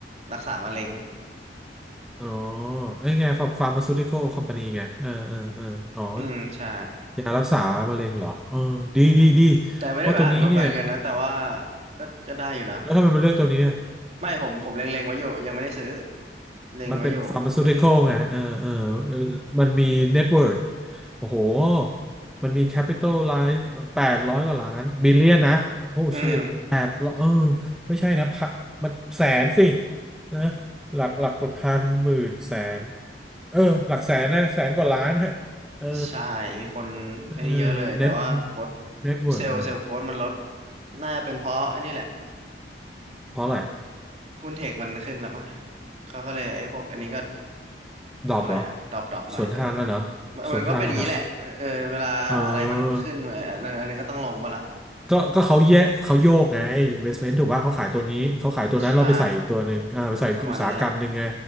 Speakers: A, on the right (about 35°); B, in the centre.
A: รักษามะเร็ง
B: อ๋อไอ้ไงฟาร์มาซูติคอลคอมพานีไงเออเออเอออ๋อ
A: อืมใช่
B: ยารักษามะเร็งเหรอเออดีดีดี
A: แต่ไม่ได้ไปอ่านงบการเงินนะแต่ว่า
B: เพราะตัวนี้เนี่ย
A: ก็ก็ได้อยู่นะ
B: แล้วทำไมมันเลือกตัวนี้อะ
A: ไม่ผมผมเล็งๆไว้อยู่ยังไม่ได้ซื้อเล็งไว้อยู่ตัวนี้
B: มันเป็นฟาร์มาซูติคอลไงเออเออเออมันมีเน็ตเวิร์โอ้โหมันมีแคปิตอลไลซ์แปดร้อยกว่าล้านบิลเลียนนะ โอ้ชิตแปดร้อยเออ
A: อืม
B: ไม่ใช่นะพักมันแสนสินะหลักหลักพันหมื่นแสนเออหลักแสนนะแสนกว่าล้านฮะเออ
A: ใช่มีคนอันนี้เยอะเลยแต่ว่าโค้ด
B: เออเน็ตเน็ตเวิร์มันอะ
A: เซลล์เซลล์โค้ดมันลดน่าเป็นเพราะอันนี้แหละ
B: เพราะอะไร
A: หุ้นเทคมันขึ้นแล้วมั้เขาก็เลยไอ้พวกอันนี้ก็ เรียกว่าอะไรอะดรอปดรอปหน่อยเออ
B: ดรอปเหรอสวนทางกันเหรอ
A: มันมันก็เป็นอย่างนี้แหละเออเออเวลาอะไรมันขึ้นเอออันนั้นอันนั้นก็ต้องลงปะล่ะ
B: สวนทางกันเหรอเออก็ก็เขาแยกเขาโยกไง investment ถูกป่ะเขาขายตัวนี้เขาขายตัวนั้นเราไปใส่อีกตัวหนึ่งอ่าไปใส่อีกอุตสาหกรรมหนึ่งไง
A: ใช่ประมาณนั้นแหละ